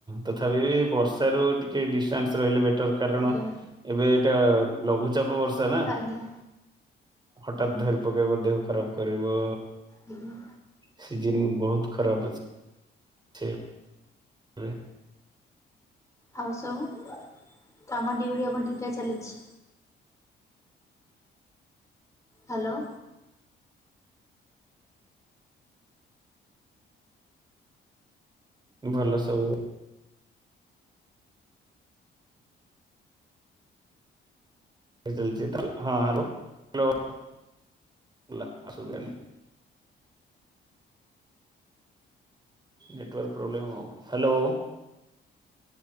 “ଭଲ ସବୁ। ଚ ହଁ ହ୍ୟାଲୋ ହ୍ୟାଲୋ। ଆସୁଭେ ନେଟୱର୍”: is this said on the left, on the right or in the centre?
Right